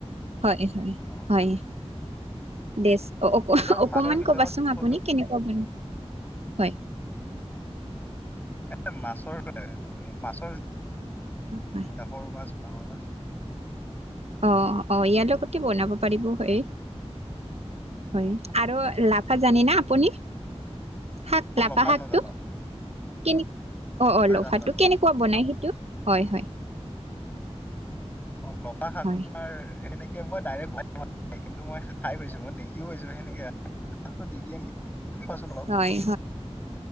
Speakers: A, on the right; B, on the left.
A: হয় হয়
B: অ',
A: হয়। দেচ অ অ
B: আৰু
A: অকমান
B: মাছৰ ভিতৰত
A: কবাচোন
B: থলুৱা
A: আপুনি কেনেকুৱা হয়
B: এ মাছৰ তুমি মাছৰ
A: হয়
B: এতিয়া সৰু মাছ ডাঙৰ মাছ
A: অ অ ইয়াৰ লগতে বনাব পাৰিব হয় হয়
B: অ
A: আৰু হয় জানি না আপুনি শাক লাফা
B: লফা
A: শাকটো
B: নাজানো
A: কে অ অ লফাটো
B: জানো জানো
A: কেনে কোৱা বনাই সেইটো হয় হয়
B: অ লফা শাক
A: হয়
B: টো তোমাৰ সেনে ত মই ডাইৰেক্ট বন কিন্তু মই খাই পাইছো মই দেখিও পাইছো সেনেকেটো দি দিয়ে নেকি তুমি কোৱাচোন অলপ
A: হয়